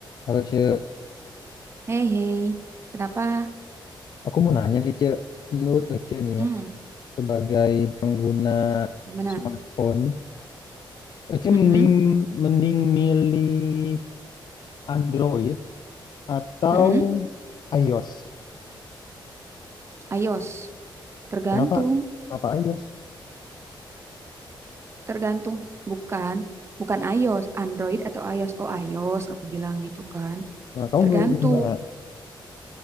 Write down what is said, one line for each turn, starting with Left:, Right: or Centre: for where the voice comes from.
Left: Halo Ce,
Right: Hei, hei, kenapa?
Left: aku mau nanya nih Ce, menurut Ece nih
Right: Mm,
Left: ya, sebagai pengguna
Right: gimana?
Left: smartphone, Ece
Right: Mm-mm,
Left: mending mending milih Android atau
Right: mm-mm,
Left: iOS.
Right: iOS. Tergantung,
Left: Kenapa? Kenapa iOS?
Right: tergantung. Bukan, bukan iOS, Android atau iOS. Oh, iOS, aku bilang gitu kan.
Left: Nah, kamu
Right: Tergantung,
Left: milih mana?